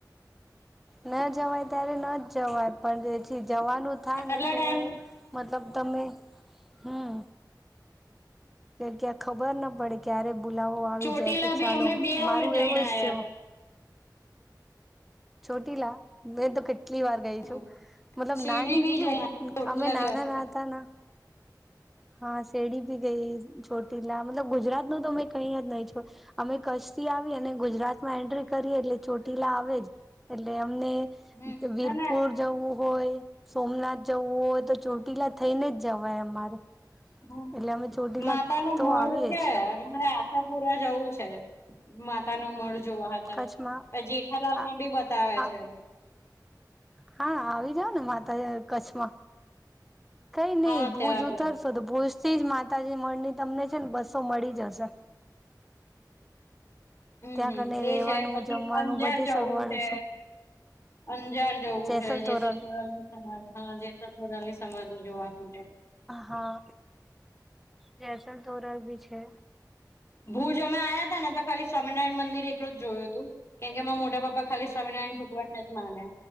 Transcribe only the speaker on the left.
આટલા
ટાઈમ
ચોટીલા
બી
અમે બે
વાર જઈને
આવ્યા.
હમ
શિરડી
બી
જઈ ચોટીલા
બી ગયા હતા
હમ.
અને
હ
માતા નો
મઢ
છે.
હા મારે આશાપુરા જવું છે માતા નું મઠ જોવા હાતર
પ જેઠાલાલ માં
બી બતાવે
છે.
હા
ત્યાં આગળ
હમ
હમ
એ
છે, પછી
અંજાર
જવું
છે. અંજાર જવું
છે
જેસલતોરલ સમાઘી હા જેસલતોરલ ની સમાઘી ને જોવા માટે,
ભુજ અમે આયા તા ને તો ખાલી સ્વામિનારાયણ મંદિર એકલું જ જોયું હતું કારણ કે એમાં મોં મોટા પપા ખાલી સ્વામિનારાયણ ભગવાનને જ માંને